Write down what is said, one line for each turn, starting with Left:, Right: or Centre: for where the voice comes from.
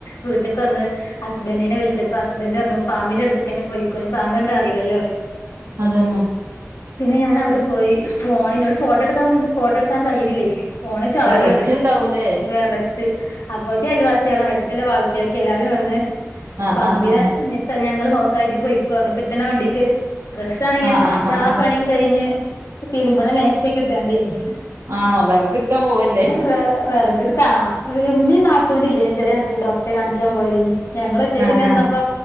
Left: വീട്ടക്ക് വന്ന് ഹസ്ബന്റിനെ വിളിച്ചപ്പോ ഹസ്ബന്റ് പറഞ്ഞു പാമ്പന്റെടുതെക്കന്നെ പോയിക്കോ പാമ്പ എന്താ അയില്ലോ
Right: അതെന്നെ
Left: പിന്നെ ഞാൻ അവിടെ പോയി ഫോണിന്നോട് ഫോട്ടോ എടുക്കാൻ പറഞ്ഞിട്ട് ഫോട്ടോ എടുക്കാൻ കഴിയുന്നില്ലേ ഫോണ് ചാടുവാണ്
Right: വെറച്ചുണ്ടാവൂലേ
Left: വെറച്ച് അപ്പോത്ത്ന് അയൽവാസികളും അടുത്തുള്ള വാവുട്ടികൾ എല്ലാരും വന്ന്
Right: ആഹ്
Left: പാമ്പിനെ
Right: ആഹ് ആഹ്
Left: ഞങ്ങള് നോക്കാ ഇജ് പൊയ്ക്കോന്ന് പറഞ്ഞു കിട്ടണ വണ്ടിക്ക് ഡ്രസ്സ് ആണങ്കി
Right: ആഹ് ആഹ് ആഹ് ആഹ്
Left: കുളികഴിഞ്ഞ് തിരുമ്പണ മാക്സി ഒക്കെ ഇട്ടാണ്ടെയ്നി
Right: ആണോ വെറകെടുക്കാൻ പോവല്ലേ
Left: വേറെ വിറകിടു ത്താ ഇമമീം നാത്തൂനുല്ലേനി ചെറിയ നാത്തൂന് ഡോക്ടറെ കാണിച്ചാൻ പോയതെയ്നി ഞങ്ങൾ ഒറ്റക്ക
Right: ആഹ്
Left: ഇങ്ങനെ
Right: ആഹ്
Left: നിന്നപ്പോ